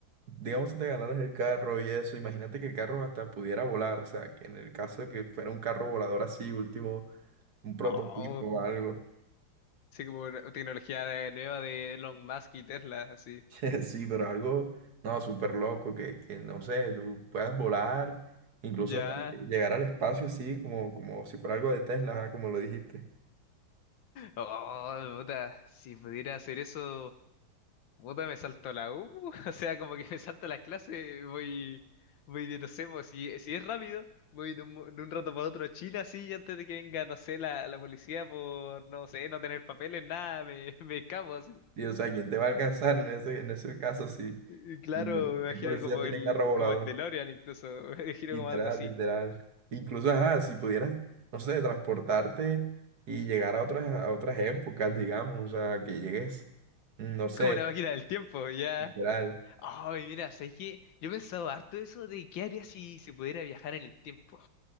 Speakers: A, on the right (about 50°); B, on the left (about 70°).
A: digamos, si te ganaras el carro y eso, imagínate que el carro hasta pudiera volar, o sea, que en el caso de que fuera un carro volador así, último, un prototipo
B: Oh.
A: o algo,
B: Sí, como una tecnología eh, nueva de Elon Musk y Tesla, así.
A: <laughs> sí, pero algo, no, súper loco, que, que, no sé, tú puedas volar, incluso
B: Ya.
A: hasta llegar al espacio así, como, como si fuera algo de Tesla, ajá, como lo dijiste.
B: Oh, puta, si pudiera hacer eso, puta, me salto a la U. <laughs> O sea, como que me salto la clase, voy, voy de, no sé, pues, si, si es rápido, voy de un, mo- de un rato para otro a China, así, y antes de que venga, no sé, la, la policía por, no sé, no tener papeles, nada, me, <laughs> me escapo así.
A: Y, o sea, ¿quién te va a alcanzar en ese, en ese caso si,
B: Y claro,
A: si el
B: me imagino
A: policía
B: como
A: tiene
B: el,
A: carro volador?
B: como el DeLorean incluso, <laughs> me imagino
A: Literal,
B: como algo así.
A: literal. Incluso, ajá, si pudieras, no sé, transportarte y llegar a otras, a otras épocas, digamos, o sea, que llegues, mm, no sé,
B: Es como una máquina del tiempo, ya.
A: literal.
B: Ay, mira, ¿sabes que Yo he pensado harto eso de qué haría si se pudiera viajar en el tiempo.